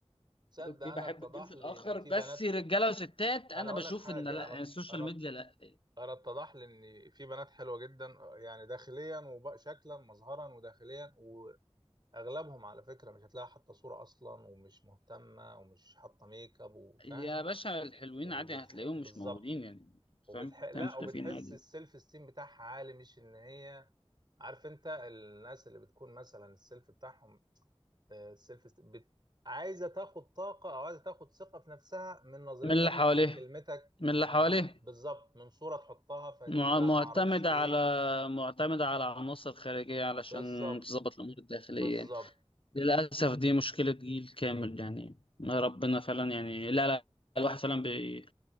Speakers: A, on the right; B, on the left.
A: تصدق
B: اوكي
A: انا
B: بحب
A: اتضح
B: الجنس الاخر
A: لي ان في بنات
B: بس رجاله وستات انا
A: انا اقول
B: بشوف
A: لك حاجه
B: ان لا يعني
A: انا
B: السوشيال
A: انا
B: ميديا لا
A: انا اتضح لي ان في بنات حلوه جدا يعني داخليا وشكلا مظهرا وداخليا واغلبهم على فكره مش هتلاقي حاطه صوره اصلا ومش مهتمه ومش حاطه ميك اب وفاهم
B: يا باشا الحلوين
A: وبتح...
B: عادي هتلاقيهم
A: بالظبط
B: مش موجودين يعني
A: وبتح...
B: فاهم
A: لا
B: مختفيين
A: وبتحس
B: عادي
A: السيلف استيم بتاعها عالي مش ان هي عارف انت الناس اللي بتكون مثلا السيلف بتاعهم سيلف بت... عايزه تاخد طاقه او عايزه تاخد ثقه في نفسها من نظرتك
B: من اللي حواليه
A: من كلمتك
B: من
A: من
B: اللي حواليه
A: بالظبط من صوره تحطها فيتعمل
B: مع-
A: لها
B: معتمدة
A: ما اعرفش ايه
B: على معتمدة على عناصر خارجية علشان
A: بالظبط
B: تظبط الأمور الداخلية
A: بالظبط
B: يعني للأسف دي مشكلة جيل كامل يعني ربنا فعلا يعني لا لا الواحد فعلا بي...